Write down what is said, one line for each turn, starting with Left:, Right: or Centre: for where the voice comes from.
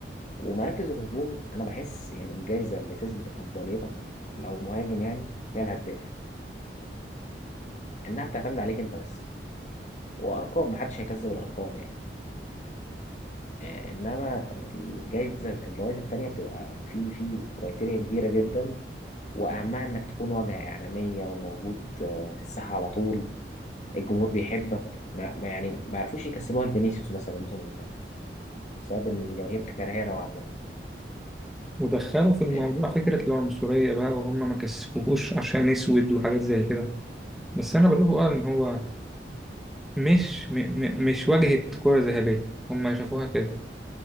Left: ومراكز الهجوم أنا بحس يعني الجايزة اللي تثبت أفضليتك لو مهاجم يعني هي الهداف إنها بتعتمد عليك أنت بس وأرقام محدش هيكذب الأرقام يعني آه، إنما الجايزة الجوائز التانية بتبقى في في كرايتيريا كبيرة جدا وأهمها إنك تكون واجهة إعلامية وموجود آه، في الساحة على طول الجمهور بيحبك ما ما يعني ما عرفوش يكسبوها لفينيسيوس مثلا الموسم اللي فات بسبب إن الجماهير كارهاه نوعا ما
Centre: ودخلوا في الموضوع
Left: آه،
Centre: فكرة العنصرية بقى وهم ما كسفوهوش عشان أسود وحاجات زي كده بس أنا بشوفه اه إن هو مش م م مش واجهة كرة ذهبية هم شافوها كده